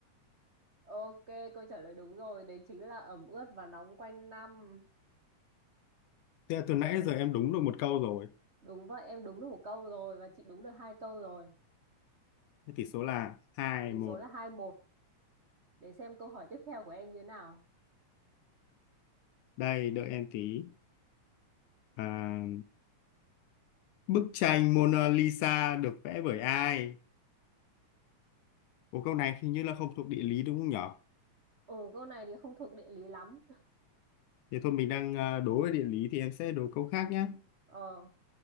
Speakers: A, on the right (about 85°); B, on the left (about 80°).
A: Ok, câu trả lời đúng rồi, đấy chính là ẩm ướt và nóng quanh năm.
B: thế là từ nãy
A: Trời
B: giờ em đúng được một câu rồi.
A: Đúng vậy, em đúng được một câu rồi và chị đúng được hai câu rồi.
B: Thế tỷ số là hai
A: Tỷ
B: một.
A: số là hai một để xem câu hỏi tiếp theo của em như thế nào.
B: Đây, đợi em tí. À, bức tranh Mona Lisa được vẽ bởi ai? Ủa câu này hình như là không thuộc địa lý đúng không nhở?
A: Ừ, câu này thì không thuộc địa lý lắm.
B: Thì thôi mình đang à, đố về địa lý thì em sẽ đố câu khác nhé.
A: Ờ,